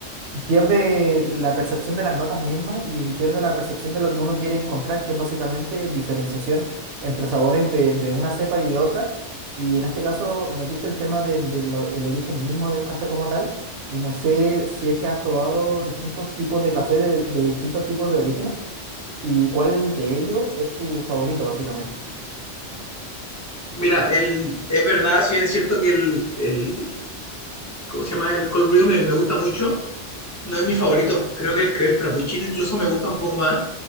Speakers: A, on the right; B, on the left.
A: pierde la percepción de las notas mismas y pierde la percepción de lo que uno quiere encontrar, que es básicamente diferenciación entre sabores de, de una cepa y de otra. Y en este caso metiste el tema del de, de lo- el origen mismo del café como tal. Y no sé si es que has probado distintos tipos de café de, de distintos tipos de orígenes y cuál de ellos es tu favorito, básicamente.
B: Mira, el, es verdad, si bien es cierto que el, el- ¿cómo se llama? El Cold Brew me, me gusta mucho. No es mi favorito. Creo que el, que el frappuccino incluso me gusta un poco más.